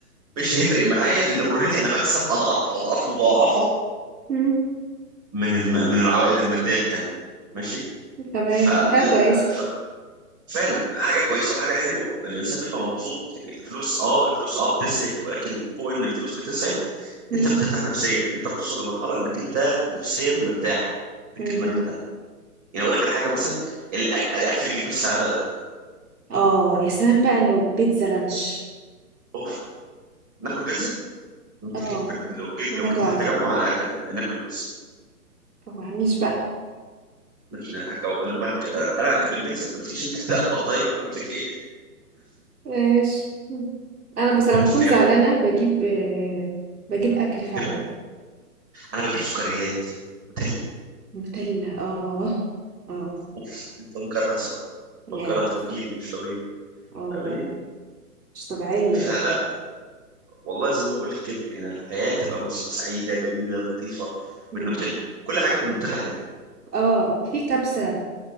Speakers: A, on the right; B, on the right.
A: مش هيفرق معايا لان اوريدي انا بكسب اضعاف اضعاف مضاعفه
B: مم.
A: من الم... من العوائد الماديه التانيه ماشي
B: تمام
A: فلا
B: دي حاجة كويسة
A: فعلا حاجه كويسه وحاجه حلوه الانسان بيبقى مبسوط يعني الفلوس اه الفلوس اه بتسعد ولكن فوق ان الفلوس بتسعد
B: مم.
A: انت بترتاح نفسيا انت بتوصل لمرحله انك انت نفسيا مرتاح لكنك
B: مهم.
A: انك يعني اقول لك على حاجه مثلا الأك... الاكل بيجيب السعاده ولا لا
B: اه يا سلام بقى لو بيتزا لانش
A: اوف ناكل بيتزا لو تجي
B: اه
A: لو جي...
B: انا
A: لو جيتي
B: جوعت
A: للتجمع انا هك- ناكل بيتزا
B: معنيش بقى
A: مش- انا هجو- هج- أنا هجيب لك بيتزا مالكيش انت <laughs> دعوه طيب اعمل لك ايه
B: ماشي انا بس لما
A: بتتحب
B: بكون زعلانة بجيب آه، بجيب اكل فعلا
A: كده. انا بجيب سكريات نوتيلا
B: نوتيلا اه اه
A: اوف نفجرها سوا نفجرها
B: ياي
A: تفجير مش طبيعي
B: اه
A: فاهماني
B: لا لا مش طبيعية
A: فلا
B: النوتيلا
A: والله زي ما بقول لك كده يعني الحياه تبقى مس- سعيده جميله لطيفه
B: مم.
A: بالنوتيلا كل
B: النوتيلا
A: حاجه بالنوتيلا حلوه
B: اه في كبسة